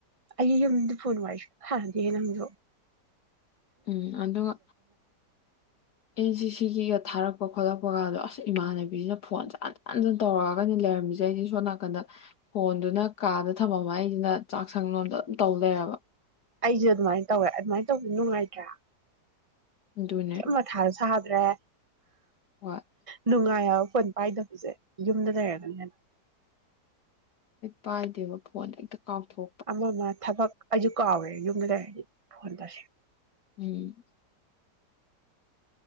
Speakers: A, on the right (about 20°); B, on the left (about 70°).
A: ꯑꯩ ꯌꯨꯝꯗ ꯐꯣꯟ ꯋꯥꯔꯤ ꯁꯨꯛ ꯁꯥꯅꯗꯤꯌꯦ ꯅꯪꯖꯨ
B: ꯎꯝ ꯑꯗꯨꯒ ꯑꯦꯟ ꯁꯤꯁꯤꯒ ꯊꯥꯔꯛꯄ ꯈꯣꯠꯂꯛꯄ ꯒꯗꯣ ꯑꯁ ꯏꯃꯥꯟꯅꯕꯤꯖꯤꯅ ꯐꯣꯟ ꯖꯦ ꯍꯟꯖꯟ ꯍꯟꯖꯟ ꯇꯧꯔꯛꯑꯒꯅꯤ ꯂꯩꯔꯝꯃꯤꯀꯖꯦ ꯑꯩꯖꯤ ꯁꯣꯟ ꯅꯥꯀꯟꯗ ꯐꯣꯟꯗꯨꯅ ꯀꯥꯗ ꯊꯃꯝꯃ ꯑꯩꯖꯤꯅ ꯆꯥꯛꯁꯪ ꯂꯣꯝꯗ ꯑꯗꯨꯝ ꯇꯧ ꯂꯩꯔꯕ
A: ꯑꯩꯖꯦ ꯑꯗꯨꯃꯥꯏ ꯇꯧꯋꯦ ꯑꯗꯨꯃꯥꯏ ꯇꯧꯕ ꯅꯨꯡꯉꯥꯏꯇ꯭ꯔꯥ
B: ꯑꯗꯨꯅꯦ
A: ꯈꯔ ꯃꯊꯥꯖꯨ ꯁꯥ ꯔꯦ ꯍꯥ
B: ꯍꯣꯌ
A: ꯅꯨꯡꯉꯥꯏ ꯍꯥꯌꯕ ꯐꯣꯟ ꯄꯥꯏꯗꯕꯖꯦ ꯌꯨꯝꯗ ꯂꯩꯔꯒ ꯑ <inaudible>
B: ꯄꯥꯏꯗꯦꯕ ꯐꯣꯟ ꯍꯦꯛꯇ ꯀꯥꯎꯊꯣꯛꯄ
A: ꯑꯃ ꯑꯃ ꯊꯕꯛ ꯑꯩꯖꯨ ꯀꯥꯎꯋꯦ ꯌꯨꯝꯗꯨ ꯂꯩꯔꯗꯤ ꯐꯣꯟ ꯇꯁ
B: ꯎꯝ